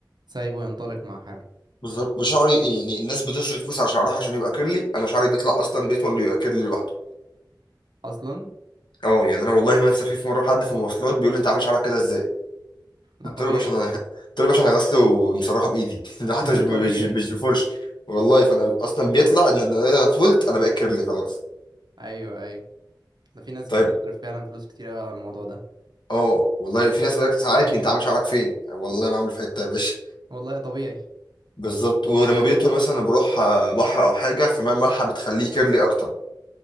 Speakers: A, on the right; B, on the left.
A: سايبه ينطلق مع حاله
B: بالظبط وشعري يعني الناس بتصرف فلوس على شعرها عشان يبقى كيرلي انا شعري بيطلع اصلا بيطول ويبقى كيرلي لوحده
A: اصلا
B: اه يعني انا والله ما انسى فيه في مره حد في المواصلات بيقول لي انت عامل شعرك كده ازاي
A: آه،
B: قلت
A: طبيعي
B: له يا باشا انا <laughs> قلت له يا باشا انا غسله ومسرحه بايدي <laughs> ده حتى
A: <laughs>
B: مش ب-
A: طبيعي
B: مش مش بفرش والله فانا اصلا بيطلع ان إن انا طولت انا بقيت كيرلي خلاص
A: ايوه ايوه ده في ناس
B: طيب
A: بتصرف فعلا فلوس كتير قوي على الموضوع ده
B: اه والله في ناس بقى سألتني انت عامل شعرك فين والله ما عامل في حته يا باشا
A: والله طبيعي
B: بالظبط ولما بيطول مثلا بروح آه، بحر او حاجه فماء المالحه بتخليه كيرلي اكتر